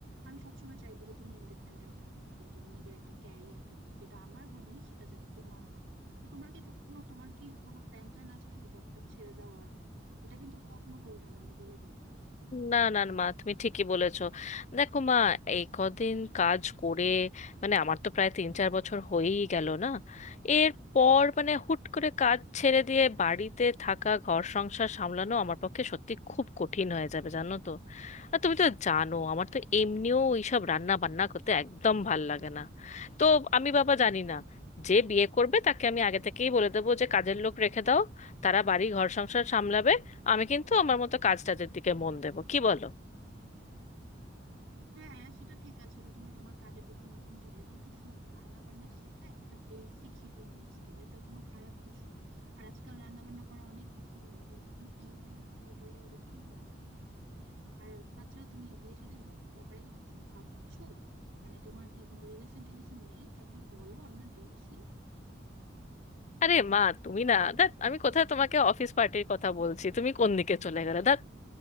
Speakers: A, on the right; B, on the left.
A: আমি সবসময় চাইবো যে তুমি ইন্ডিপেন্ডেন্ট থাকো তোমার নিজের একটা ক্যারিয়ার থাকুক যেটা আমার হয়নি সেটা যেন তোমার হয় তো তোমার কি কখনো তোমার কি কোনো প্ল্যান ট্যান আছে নাকি জব টব ছেড়ে দেওয়ার এটা কিন্তু কখনো করবে না আমি বলে দিলাম
B: না না না, মা তুমি ঠিকই বলেছো দেখো মা এই কদিন কাজ করে মানে আমার তো প্রায় তিন চার বছর হয়েই গেল না এরপর মানে হুট করে কাজ ছেড়ে দিয়ে বাড়িতে থাকা ঘর সংসার সামলানো আমার পক্ষে সত্যি খুব কঠিন হয়ে যাবে জানো তো আর তুমি তো জানো আমার তো এমনিও এইসব রান্না বান্না করতে একদম ভাল লাগে না তো আমি বাবা জানি না যে বিয়ে করবে তাকে আমি আগে থেকেই বলে দেবো যে কাজের লোক রেখে দাও তারা বাড়ি ঘর সংসার সামলাবে আমি কিন্তু আমার মতো কাজ টাজের দিকে মন দেব কি বলো
A: হ্যাঁ সেটা ঠিক আছে যে তুমি তোমার কাজের দিকে মন দিবে কিন্তু শোনো রান্না বান্না শেখা একটা বেসিক হিউম্যান স্কিল এটা কোনো খারাপ কিছু না আর আজকাল রান্না বান্না করা অনেক ইজি হয়ে গিয়েছে তুমি ইউটিউব টিউটোরিয়াল দেখে কিন্তু রান্না করতে পারবে আর তাছাড়া তুমি বিয়ে শাদীর ভা- ব্যাপারে কি কিছু ভাবছো মানে তোমার কি কোনো রিলেশন টিলেশন নেই থাকলে বলো আমরা দেখি
B: আরে মা তুমি না দেখ আমি কোথায় তোমাকে অফিস পার্টির কথা বলছি তুমি কোন দিকে চলে গেলে দেখ